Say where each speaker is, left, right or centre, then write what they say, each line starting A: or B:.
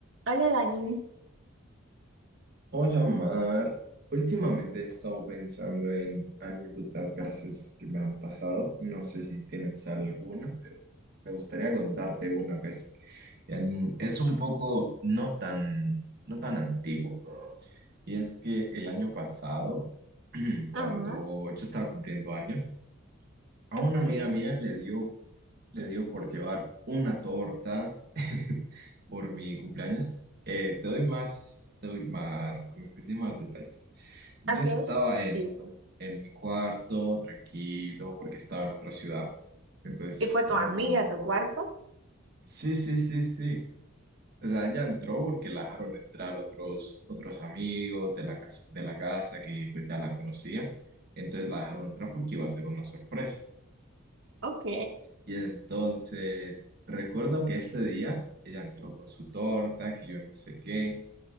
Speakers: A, on the right; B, on the right.
A: Hola Dani,
B: Hola Mar, últimamente he estado pensando en anécdotas graciosas que me han pasado. No sé si tienes alguna, pero me gustaría contarte una, pues em, es un poco no tan, no tan antiguo. Y es que el año pasado, <clears throat> cuando
A: Ajá,
B: yo estaba cumpliendo años, a
A: ok.
B: una amiga mía le dio le digo por llevar una torta <laughs> por mi cumpleaños. Eh, te doy más, te doy más, ¿cómo es que se llama? Más detalles. Yo
A: ok,
B: estaba en,
A: Sí, sí.
B: en mi cuarto, tranquilo, porque estaba en otra ciudad. Entonces,
A: ¿Y fue tu
B: no.
A: amiga a tu cuarto?
B: Sí, sí, sí, sí. O sea, ella entró porque la dejaron entrar otros, otros amigos de la casa, de la casa que pues ya la conocían. Entonces la dejaron entrar porque iba a ser una sorpresa.
A: ok,
B: Y entonces, recuerdo que ese día ella entró con su torta, que yo no sé qué,